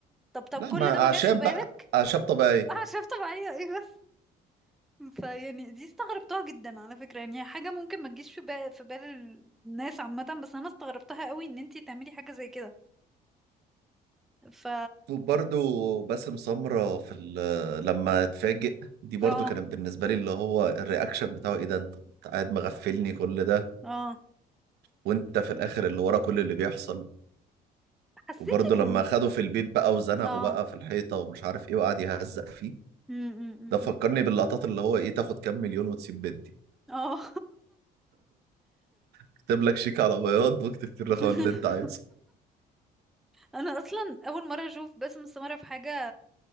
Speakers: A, in the centre; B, on the right.
A: طب طب
B: لا
A: كل
B: ما
A: ده ما
B: أعشاب
A: جاش في بالك
B: بقى أعشاب
A: <laughs>
B: طبيعية
A: اعشاب طبيعية ايه بس فيعني دي استغربتها جدا على فكرة يعني حاجة ممكن ما تجيش في بال في بال الناس عامة بس انا استغربتها قوي ان انتي تعملي حاجة زي كده ف
B: وبرضو باسم سمرة في ال- لما اتفاجئ دي برضو
A: اه
B: كانت بالنسبة لي اللي هو الرياكشن بتاعه ايه ده انت أنت قاعد مغفلني كل ده
A: اه
B: وانت في الاخر اللي ورا كل اللي بيحصل
A: حسيت
B: وبرضه لما
A: ان
B: اخده في البيت بقى وزنقه
A: اه
B: بقى في الحيطة ومش عارف ايه وقعد يهزق فيه
A: م- م- م-
B: ده فكرني
A: م.
B: باللقطات اللي هو ايه تاخد كام مليون وتسيب بنتي
A: اه
B: اكتب لك شيك على بياض واكتب فيه الرقم
A: <laughs>
B: اللي انت عايزه
A: انا اصلا اول مرة اشوف باسم السمرة في حاجة